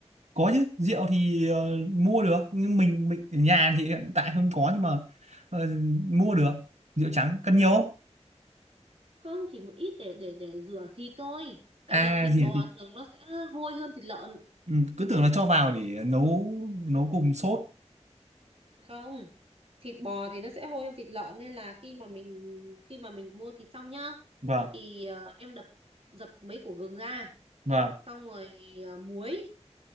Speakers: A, on the right (about 70°); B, on the right (about 55°).
A: có chứ rượu thì ờ, mua được nhưng mình mình ở nhà thì hiện tại không có nhưng mà ờ, mua được rượu trắng cần
B: ừ
A: nhiều không
B: không chỉ một ít để để để rửa thịt thôi tại
A: à
B: vì thịt
A: gì
B: bò thường nó sẽ hôi hơn thịt lợn
A: ừ, cứ tưởng là cho vào để nấu nấu cùng sốt
B: không thịt bò thì nó sẽ hôi hơn thịt lợn nên là khi mà mình khi mà mình mua thịt xong nhá
A: vâng
B: thì ờ, em đập dập mấy củ gừng ra
A: vâng
B: xong rồi à, muối